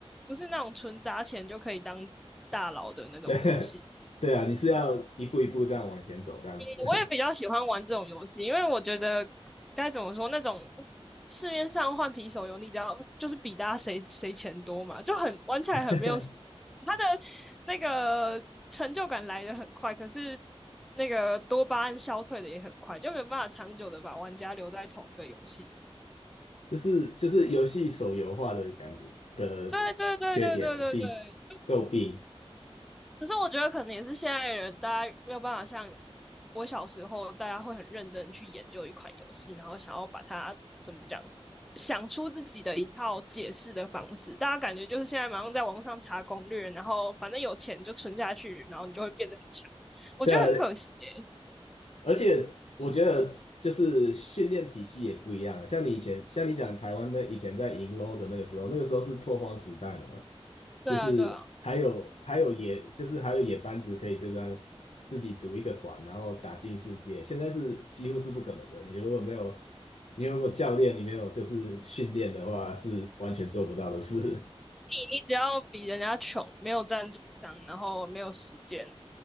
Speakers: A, in the centre; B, on the left (about 85°).
A: 不是那种纯砸钱就可以当大佬的那种游戏。
B: 对 <laughs> 对啊，你是要一步一步这样往前走这样子。
A: 嗯，我也比较喜欢玩这种游戏，因为我觉得该怎么说，那种市面上换皮手游，你只要就是比大家谁谁钱多嘛，就很玩起来很没有他的
B: <laughs>
A: 那个成就感来得很快，可是那个多巴胺消退的也很快，就没有办法长久的把玩家留在同一个游戏。
B: 就是就是游戏手游化的感觉的缺点弊
A: 对对对对对对对。
B: 诟病，
A: 可是我觉得可能也是现在的人，大家没有办法像我小时候，大家会很认真去研究一款游戏，然后想要把它怎么讲，想出自己的一套解释的方式。大家感觉就是现在马上在网上查攻略，然后反正有钱就存下去，然后你就会变得很强。我觉得很可惜耶。
B: 对啊，而且我觉得就是训练体系也不一样啊，像你以前像你讲台湾的以前在银 l 的那个时候，那个时候是拓荒时代嘛，
A: 对啊，
B: 就是还有还有野就是还有野班子可以就这样
A: 对啊。
B: 自己组一个团，然后打进世界，现在是几乎是不可能的，你如果没有你如果教练你没有就是训练的话，是完全做不到的事，
A: 你只要比人家穷，没有赞助商，然后没有时间，